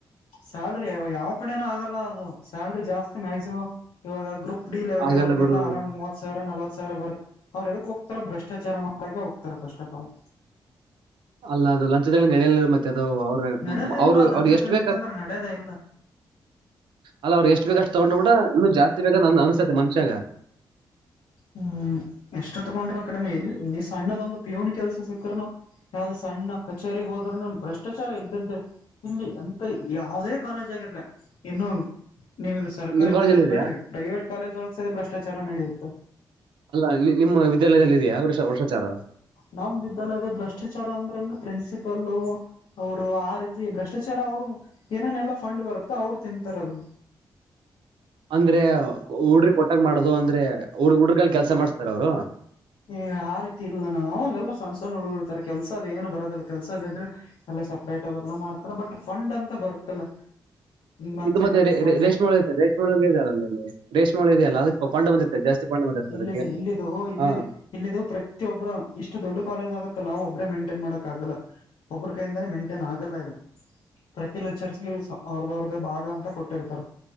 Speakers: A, on the left (about 75°); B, on the right (about 80°).
A: ಸ್ಯಾಲ್ರಿ ಯಾವ ಕಡೆನ ಆದಲ್ಲ ಅದು ಸ್ಯಾಲ್ರಿ ಜಾಸ್ತಿ ಮ್ಯಾಕ್ಸಿಮ್ ಇವಾಗ ಗ್ರೂಪ್. ಡಿ ಲೆವೆಲ್ಗೆ
B: ಆಗಲ್ಲ
A: ಅವ್ರರಿಗೆಲ್ಲ
B: ಬಿಡು
A: ಅರೌಂಡ್ ಮೂವತ್ತು ಸಾವರ ನಲವತ್ತು ಸಾವಿರ ಬರುತ್ತೆ. ಅವರು ಎದಕ್ ಹೋಗ್ತಾರ ಭ್ರಷ್ಟಾಚಾರ ಮಾಡಕೆ ಹೋಗ್ತಾರೆ ಫಸ್ಟ್ ಆಫ್ ಆಲ್.
B: ಅಲ್ಲ ಅದು ಲಂಚದಲ್ಲಿ ನಡೆಯಲ ಮತ್ತೆ ಅದು. ಅವ
A: ನಡೆದೇ ಇಲ್ಲ
B: ಅವರು
A: ಲಂಚ
B: ಅವ್ರ ಎಷ್ಟು
A: ತಿನ್ಲಿಕ್ಕಂದ್ರೆ
B: ಬೇಕ. <inaudible>
A: ನಡೆದೇ ಇಲ್ಲ
B: ಅಲ್ಲ ಅವ್ರಿಗೆ ಎಷ್ಟು ಬೇಕಷ್ಟು ತಗೊಂಡ ಹೋಗಿ ಬಿಟ್ಟರ ಇನ್ನ ಜಾಸ್ತಿ ಬೇಕನ ಅನ್ಸತ್ತೆ ಮನುಷ್ಯಗ.
A: ಹ್ಮ್ ಎಷ್ಟ ತಗೊಂಡ್ರ ಕಡಿಮೆ. ನೀ ಸಣ್ಣದ ಒಂದು ಪ್ಯೂನ್ ಕೆಲ್ಸ ಸಿಕ್ಕರುನು ಯಾವುದ ಸಣ್ಣ ಕಚೇರಿಗೆ ಹೋದರುನು ಭ್ರಷ್ಟ. ಚಾರ ಇದ್ದದ್ದೆ ಇಲ್ಲಿ ಎಂತ ಯಾವುದೇ ಕಾಲೇಜ್ ಆಗಿರಲಿ ಇನ್ನು. ನೀವು ಇದು ಸರ್ಕಾರಿ
B: ನಿಮ್ ಕಾಲೇಜಲ್ಲಿ
A: ಕಾಲೇಜ್
B: ಇದೆಯಾ
A: ಬಿಡ್ರಿ ಪ್ರೈವೇಟ್ ಕಾಲೇಜ್ ಒಳಗಸತಿ ಭ್ರಷ್ಟಾಚಾರ ನಡೆಯುತ್ತ.
B: ಅಲ್ಲ ನಿ ನಿಮ್ಮ ವಿದ್ಯಾಲಯದಲ್ಲಿ ಇದೀಯಾ ಬ್ರಷ್ಟಚಾರ.
A: ನಾವು ಅಂದಿದಲ್ಲ ಅದ ಭ್ರಷ್ಟಾಚಾರ ಅಂದ್ರಂಗ ಪ್ರಿನ್ಸಿಪಲ್ ಅವರು ಆ ರೀತಿ ಭ್ರಷ್ಟಾಚಾರ. ಅವ್ರು ಏನೇನೆಲ್ಲಾ ಫಂಡ್ ಬರುತ್ತೋ ಅವ್ರು ತಿಂತಾರ ಅದನ.
B: ಅಂದ್ರೆ ಹುಡರಗೆ ಕೋಟಂಗ ಮಾಡದು ಅಂದ್ರೆ ಹುಡ್ರಗ ಕೈಲಿ ಕೆಲ್ಸ ಮಾಡಸ್ತಾರ ಅವರು.
A: ಏ ಆರೀತಿ ಇಲ್ಲ ನಾ ಅವಾಗೆಲ್ಲ ಸಣ್ಣ ಸಣ್ಣ ಹುಡುಗರ ಇರತಾರ ಕೆಲ್ಸದ ಏನು ಬರೋದಿಲ್ಲ ಕೆಲ್ಸದ ಇದ್ರೆ. ಸಪ್ರೇಟ್ ಅದೆಲ್ಲ ಮಾಡ್ತಾರ ಬಟ್ ಫಂಡ್ ಅಂತ ಬರುತ್ತಲ್ಲ.
B: <inaudible>
A: ಮಂತ್ಲಿ
B: ಇದು ಮತ್ತೆ
A: ಮಂತ್ಲಿ
B: ರೇ
A: ಫಂಡ್
B: ರೆ ರೇಷ್ಮ
A: ಅಂತ
B: ಹುಳ್ಳ ಅಯ್ತಲ್ಲ ರೇಷ್ಮೊಳಗ ಇದೆಲ್ಲ ಅ ರೇಷ್ಮೆಳೆ ಅದಕ್ಕೆ ಫಂಡ್ ಬಂದಿತಲ್ಲ ಜಾಸ್ತಿ. ಫಂಡ್ ಬಂದಿರ್ತಾರೆ
A: ಇಲ್ಲಿದ
B: ಅದಕ್ಕೆ
A: ಇಲ್ಲಿದು ಇಲ್ಲಿದೆ.
B: ಹಾ
A: ಇಲ್ಲಿದ ಪ್ರತಿಯೊಬರು ಇಷ್ಟ ದೊಡ್ಡ ಕಾಲೇಜ್ ಆಗತ್ತಲ್ಲ ಒಬ್ರೇ ಮೇಂಟೈನ್ ಮಾಡಕ ಆಗಲ್ಲ. ಒಬ್ಬರ ಕೈಯಿಂದ ಮೇಂಟೇನ್ ಆಗಲ್ಲ ಇದು ಪ್ರತಿ ಲೆಕ್ಚರ್ಸನು ಅವ್ರ ಅವ್ರದ. ಭಾಗ ಅಂತ ಕೊಟ್ಟಿರ್ತಾರೆ